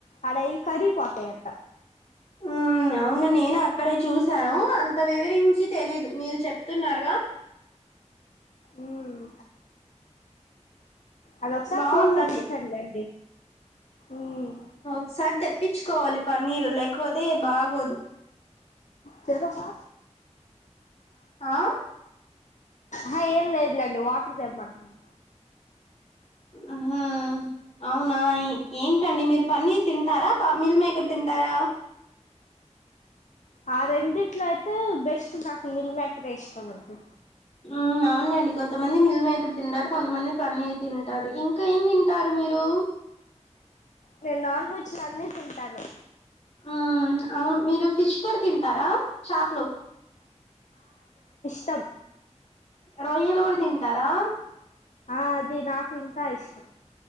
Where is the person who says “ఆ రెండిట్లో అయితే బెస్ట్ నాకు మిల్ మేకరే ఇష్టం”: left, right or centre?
Left